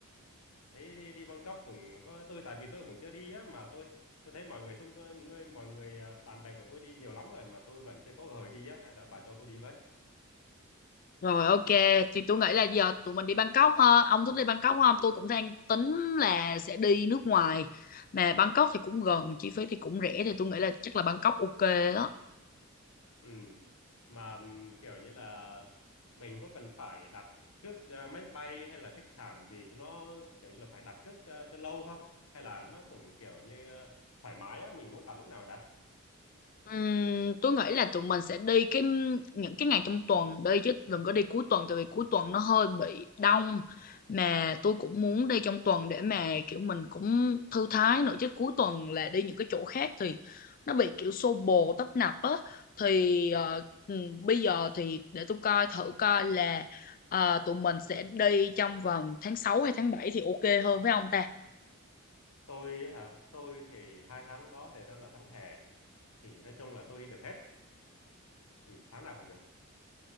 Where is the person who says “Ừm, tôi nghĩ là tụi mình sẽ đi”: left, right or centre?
Left